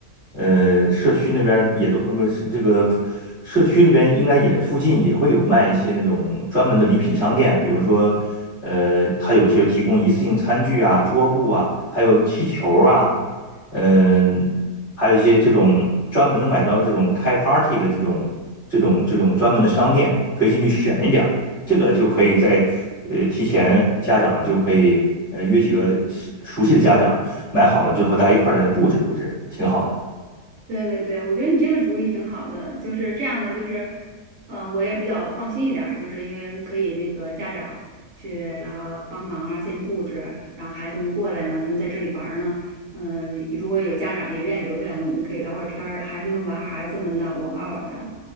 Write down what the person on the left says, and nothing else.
呃社区那边也都呃不是这个社区里边应该也附近也会有卖一些那种专门的礼品商店，比如说呃它有些提供一次性餐具啊、桌布啊，还有气球啊，嗯、还有一些这种专门能买到这种开 party 的这种这种这种专门的商店，可以进去选一点儿。这个就可以在呃提前，家长就可以呃约几个熟悉的家长买好了之后，大家一块儿再布置布置，挺好的。